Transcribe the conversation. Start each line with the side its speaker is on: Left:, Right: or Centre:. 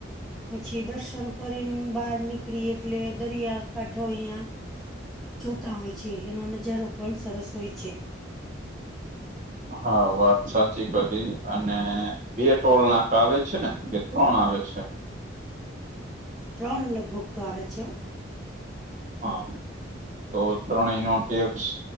Centre: પછી દર્શન કરીને બહાર નીકળી એટલે દરિયાકાાંઠો અહિયા. જોતા હોય છે એનો નજારો પણ સરસ હોય છે.
Right: હા વાત સાચી કરી અને. બે ટોલ નાકા આવે છે ને કે ત્રણ આવે છે.
Centre: ત્રણ લગભગ તો આવે છે.
Right: હા તો ત્રણેયનો ટેક્સ.